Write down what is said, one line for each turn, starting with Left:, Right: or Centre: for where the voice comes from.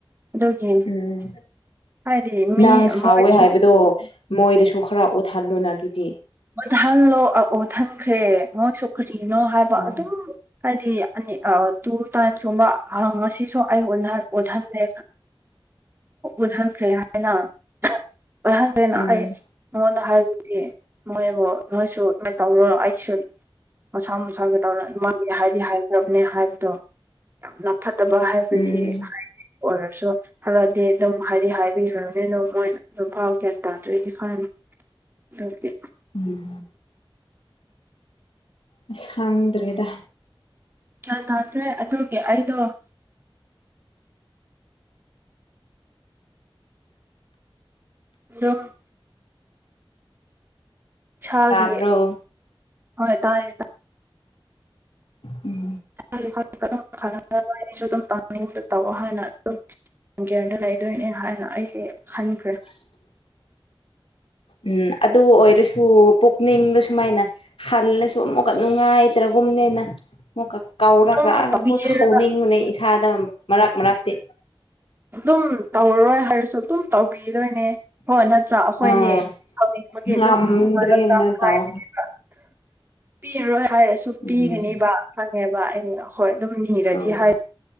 Right: ꯑꯗꯨꯒꯤ
Left: ꯎꯝ
Right: ꯍꯥꯏꯗꯤ ꯃꯤ
Left: ꯅꯪ ꯁꯥꯎꯋꯦ
Right: ꯃꯣꯏꯁꯨ
Left: ꯍꯥꯢꯕꯗꯣ ꯃꯣꯏꯗꯁꯨ ꯈꯔ ꯎꯠꯍꯜꯂꯨꯅ ꯑꯗꯨꯗꯤ
Right: ꯎꯠꯍꯜꯂꯣ ꯑ ꯑꯣꯊꯟꯈ꯭ꯔꯦ ꯃꯣꯢꯁꯨ ꯀꯔꯤꯅꯣ ꯍꯥꯏꯕ
Left: ꯑꯣ
Right: ꯑꯗꯨꯝ ꯍꯥꯏꯗꯤ ꯑꯅꯤ ꯑ ꯇꯨꯇꯥꯏꯝꯁ ꯀꯨꯝꯕ ꯉꯁꯤꯁꯨ ꯑꯩ ꯑꯣꯟꯅꯍꯟ ꯑꯣꯟꯍꯜꯂꯦ ꯎꯠꯍꯟꯈ꯭ꯔꯦ ꯍꯥꯏꯅ ꯎꯠꯍꯟꯈ꯭ꯔꯦꯅ
Left: ꯎꯝ
Right: ꯑꯩ ꯃꯉꯣꯟꯗ ꯍꯥꯢꯕꯗꯤ ꯃꯣꯢꯕꯨ ꯅꯣꯢꯁꯨ ꯀꯃꯥꯏ ꯇꯧꯔꯣꯅꯣ ꯑꯩꯁꯨ ꯃꯁꯥ ꯃꯁꯥꯒꯤ ꯇꯧꯔ ꯑꯗꯨꯃꯒꯤ ꯍꯥꯢꯗꯤ ꯍꯥꯢꯈ꯭ꯔꯕꯅ ꯍꯥꯏꯜꯢꯕꯗꯣ ꯅꯞ ꯐꯠꯇꯕ ꯍꯥꯢꯕꯗꯤ
Left: ꯎꯝ
Right: ꯍꯥꯢ ꯑꯣꯏꯔꯁꯨ ꯐꯔꯗꯤ ꯑꯗꯨꯝ ꯍꯥꯢꯗꯤ ꯍꯥꯢꯕꯤꯕꯅꯦꯅ ꯃꯣꯏꯅ ꯑꯗꯨꯝ ꯐꯥꯎ ꯒ꯭ꯌꯥꯟ ꯇꯥꯗꯔꯦ ꯏꯝꯐꯥꯟ ꯑꯗꯨꯒꯤ
Left: ꯎꯝ ꯑꯁ ꯈꯪꯗ꯭ꯔꯦꯗ
Right: ꯒ꯭ꯌꯟ ꯇꯥꯗ꯭ꯔꯦ ꯑꯗꯨꯒꯤ ꯑꯩꯗꯣ ꯑꯗꯨꯝ ꯏꯁꯥꯒꯤ
Left: ꯇꯥꯕ꯭ꯔꯣ
Right: ꯍꯣꯢ ꯇꯥꯢꯌꯦ ꯇ
Left: ꯎꯝ
Right: ꯑꯩ ꯏꯝꯐꯥꯜ ꯗꯗꯨꯝ ꯈꯂꯪꯗꯕ ꯑꯩꯅꯁꯨ ꯑꯗꯨꯝ ꯇꯧꯅꯤꯡꯗ ꯇꯧꯑꯣ ꯍꯥꯏꯅ ꯑꯗꯨꯝ ꯒꯌꯔꯗ ꯂꯩꯗꯣꯢꯅꯦ ꯍꯥꯢꯅ ꯑꯩꯁꯦ ꯈꯟꯈ꯭ꯔꯦ
Left: <inaudible> ꯎꯝ ꯑꯗꯨ ꯑꯣꯏꯔꯁꯨ ꯄꯨꯛꯅꯤꯡꯗ ꯁꯨꯃꯥꯏꯅ ꯍꯜꯂꯁꯨ ꯑꯃꯨꯛꯀ ꯅꯨꯡꯉꯥꯏꯇ꯭ꯔꯒꯨꯝꯅꯦꯅ ꯑꯃꯨꯛꯀ ꯀꯥꯎꯔꯛ
Right: ꯑꯗꯨꯝ
Left: ꯂꯛꯑꯒꯀꯣ
Right: ꯇꯧꯕꯤꯔꯒ
Left: ꯁꯥꯎꯅꯤꯡꯕꯅꯦ ꯏꯁꯥꯗ ꯃꯔꯛ ꯃꯔꯛꯇꯤ꯫
Right: ꯑꯗꯨꯝ ꯇꯧꯔꯔꯣꯏ ꯍꯥꯏꯔꯁꯨ ꯑꯗꯨꯝ ꯇꯧꯕꯤꯗꯣꯏꯅꯦ ꯍꯣꯏ ꯅꯠꯇ꯭ꯔꯥ ꯑꯩꯈꯣꯏꯗꯤ꯫
Left: ꯑꯥ
Right: ꯁꯥꯎꯅꯤꯡꯕꯒꯤ
Left: ꯉꯝꯗ꯭ꯔꯦꯅ
Right: ꯑꯗꯨꯝ ꯃꯔꯛꯇ
Left: ꯇꯧ
Right: ꯍꯥꯏꯕꯅꯦꯕ꯫ ꯄꯤꯔ ꯔꯣꯏ ꯍꯥꯏꯔꯁꯨ
Left: ꯎꯝ
Right: ꯄꯤꯒꯅꯤꯕ ꯈꯪꯉꯦꯕ ꯑꯩ ꯍꯣꯏ ꯑꯗꯨꯝ ꯅꯤꯔꯗꯤ
Left: ꯑꯧ
Right: ꯍꯥꯏ